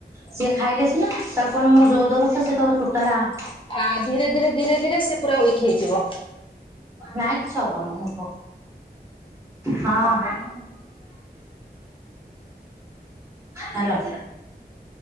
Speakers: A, on the right; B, on the left.
A: ସିଏ ଖାଇଲେ ସିନା ତାକୁ କଣ ମୋ ଯୋର୍ ଜବରଦସ୍ତ୍ ସେ ତ ଟୋଟାଲ ଆଁ
B: ଆ ଧୀରେ ଧୀରେ ଧୀରେ ଧୀରେ ସେ ପୁରା ୱିକ୍ ହେଇଯିବ।
A: ନାଇଁ କିଛି ହବନି ମୁଁ <unintelligible> ହଁ।
B: ହବନି।
A: ହାଲୋ।